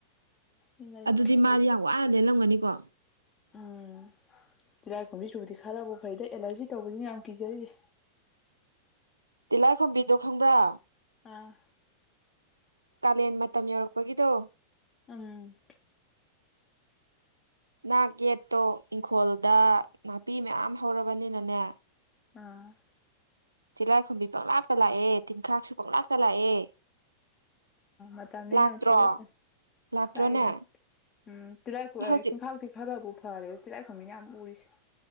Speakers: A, on the left; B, on the right.
A: ꯂꯩꯕꯅꯦ
B: ꯑꯗꯨꯗꯤ ꯃꯥꯗꯤ
A: ꯂꯩꯕꯅꯦ
B: ꯌꯥꯝ ꯋꯥꯅ ꯂꯦꯜꯂꯝꯒꯅꯤꯀꯣ
A: ꯎꯝ ꯆꯤꯔꯥꯏ ꯀꯨꯝꯕꯤ ꯁꯨꯕꯗꯤ ꯈꯔꯕꯨ ꯐꯩꯗ ꯑꯦꯂꯔꯖꯤ ꯇꯧꯕꯗꯤꯅ ꯌꯥꯝ ꯀꯤꯖꯔꯤꯁꯦ
B: ꯇꯤꯜꯂꯥꯏ ꯈꯝꯕꯤꯗꯣ ꯈꯪꯕ꯭ꯔꯥ
A: ꯑꯥ
B: ꯀꯥꯂꯦꯟ ꯃꯇꯝ ꯌꯧꯔꯛꯄꯒꯤꯗꯣ
A: ꯎꯝ
B: ꯅꯥꯛ ꯌꯦꯠꯇꯣ ꯏꯪꯈꯣꯜꯗ ꯅꯥꯄꯤ ꯃꯌꯥꯝ ꯍꯧꯔꯕꯅꯤꯅꯅꯦ
A: ꯑꯥ
B: ꯆꯤꯂꯥꯏꯈꯣꯝꯕꯤ ꯄꯪꯅꯥꯛꯇ ꯂꯥꯛꯑꯦ ꯇꯤꯟꯈꯥꯛꯁꯨ ꯄꯪꯅꯥꯛꯇ ꯂꯥꯛꯑꯦ
A: ꯑ ꯃꯅꯤ
B: ꯂꯥꯛꯇ꯭ꯔꯣ
A: ꯅ ꯊꯂꯛꯇꯦ
B: ꯂꯥꯛꯇ꯭ꯔꯣꯅꯦ
A: ꯇꯥꯏ ꯂꯥꯏ ꯎꯝ ꯇꯗ
B: ꯍꯧꯖꯤꯛ
A: ꯊꯤꯡꯈꯥꯎ ꯈꯔꯕꯨ ꯐꯔꯦ ꯆꯤꯂꯥꯏꯈꯝ ꯃꯤꯅ ꯌꯥꯝ ꯎꯔꯤꯁꯦ